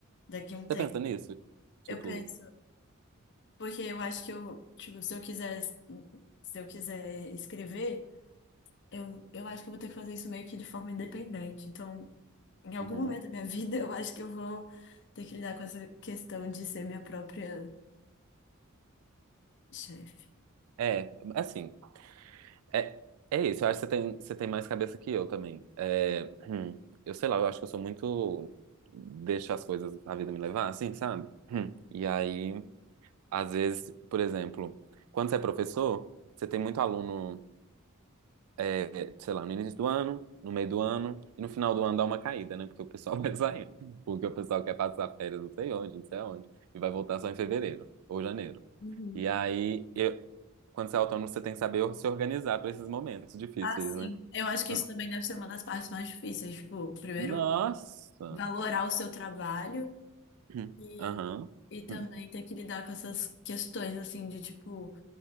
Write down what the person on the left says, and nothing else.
daqui a um
tempo.
Eu penso, porque eu acho que eu, tipo, se eu quiser, se eu quiser escrever, eu, eu acho que eu vou ter que fazer isso meio que de forma independente. Então, em algum
momento da minha <laughs> vida, eu acho que eu vou ter que lidar com essa questão de ser minha própria chefe.
Uhum.
Ah, sim.
Eu acho que
isso também deve ser uma das partes mais difíceis. Tipo, primeiro,
valorar o seu trabalho
e,
e também
ter que lidar com essas questões, assim, de tipo.